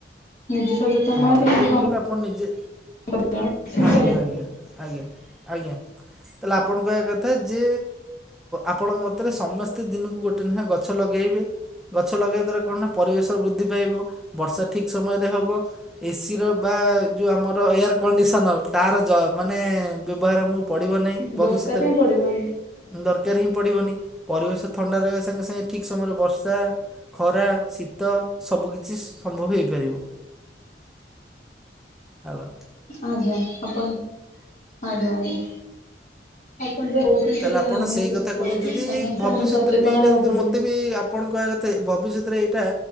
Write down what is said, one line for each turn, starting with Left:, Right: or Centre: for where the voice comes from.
Left: ନିଜେ ସଚେତନ
Centre: ହଁ
Left: ନ ହେଲେ କେମିତି
Centre: ଏଇଟା ତ
Left: କଣ
Centre: କହିଲେ ଆପଣ ନିଜେ
Left: କରିବା ଆମେ କିଛି ବି
Centre: ଆଜ୍ଞା ଆଜ୍ଞା ଆଜ୍ଞା। ଆଜ୍ଞା। ତାହେଲେ ଆପଣ କହିବା କଥା ଯେ ଆପଣଙ୍କ ମତରେ ସମସ୍ତେ ଦିନକୁ ଗୋଟେ ଲେଖାଏଁ ଗଛ ଲଗାଇବେ। ଗଛ ଲଗେଇବା ଦ୍ୱାରା କଣ ନା ପରିବେଶ ବୃଦ୍ଧି ପାଇବ। ବର୍ଷା ଠିକ୍ ସମୟରେ ହେବ। ଏସି ର ବା ଯୋଉ ଆମର ଏୟାର କଣ୍ଡିସନର ତାର ଯ ମାନେ ବ୍ୟବହାର ମୁ ପଡ଼ିବ
Left: କରିବା
Centre: ନାହିଁ ଭବିଷ୍ୟତରେ
Left: ଦରକାର ହିଁ ପଡିବନି।
Centre: ଦର ବକାରରେ <unintelligible> ହିଁ ପଡ଼ିବନି ପରିବେଶ ଥଣ୍ଡା ରହିବା ସାଙ୍ଗେ ସାଙ୍ଗେ ଠିକ୍ ସମୟରେ ବର୍ଷା, ଖରା, ଶୀତ ସବୁକିଛି ସମ୍ଭବ ହେଇପାରିବ। ହାଲୋ।
Left: ଆଜ୍ଞା ଆପଣ ଆଜ୍ଞା ଆଜ୍ଞା। ଆପଣ ଯାହା କହୁଛନ୍ତି
Centre: ତାହେଲେ
Left: ସେଟା
Centre: ଆପଣ
Left: ନିହାତି
Centre: ସେଇ କଥା
Left: ସତ
Centre: କହୁଛନ୍ତି। ଯଦି
Left: ସମସ୍ତଙ୍କୁ
Centre: ଭବିଷ୍ୟତରେ
Left: ସଚେତନ
Centre: ବି ଏଇଟା
Left: ହେବାକୁ
Centre: ଯଦି
Left: ପଡିବ।
Centre: ମତେ ବି ଆପଣ କହିବା କଥା ଭବିଷ୍ୟତରେ ଏଇଟା।